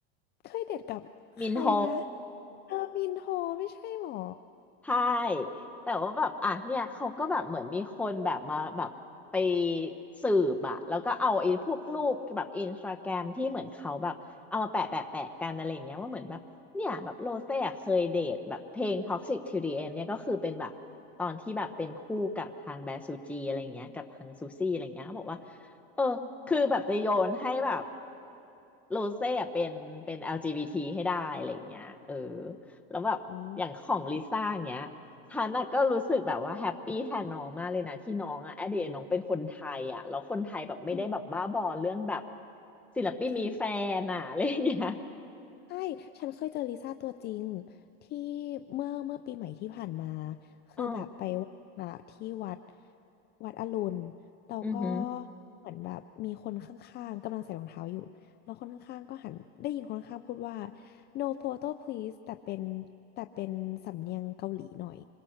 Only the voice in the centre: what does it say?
มินโฮ
ใช่แต่ว่าแบบอ่ะเนี่ยเขาก็แบบเหมือนมีคนแบบมาแบบไปสืบอ่ะแล้วก็เอาไอ้พวกรูปแบบอินสตาแกรมที่เหมือนเขาแบบเอามาแปะแปะแปะกันอะไรอย่างเงี้ยว่าเหมือนแบบเนี่ยแบบโรเซ่อะเคยเดทแบบเพลง Toxic Till the End เนี่ยก็คือเป็นแบบตอนที่แบบเป็นคู่กับทางแบซูจีอะไรอย่างเงี้ยกับทางซูซี่อะไรอย่างเงี้ยเขาบอกว่าเออคือแบบจะโยนให้แบบ
โรเซ่อะเป็นเป็น LGBT ให้ได้อะไรอย่างเงี้ยเออ แล้วแบบอย่างของลิซ่าอย่างเงี้ยฉันน่ะก็รู้สึกแบบว่าแฮปปี้แทนน้องมากเลยนะที่น้องอะแอดเดยน้องเป็นคนไทยอะแล้วคนไทยแบบไม่ได้แบบบ้าบอเรื่องแบบ
ศิลปินมีแฟนอะอะไรอย่างเงี้ย
<laughs>
อ๋อ
อือหือ